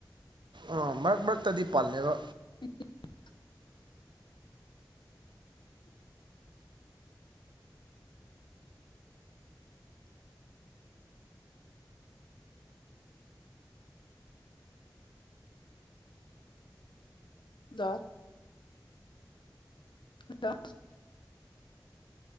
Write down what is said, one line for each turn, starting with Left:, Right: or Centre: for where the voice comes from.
Right: ꯑꯥ ꯃꯔꯛ ꯃꯔꯛꯇꯗꯤ ꯄꯜꯂꯦꯕꯥ
Left: <unintelligible> <unintelligible> ꯍꯜꯂꯣ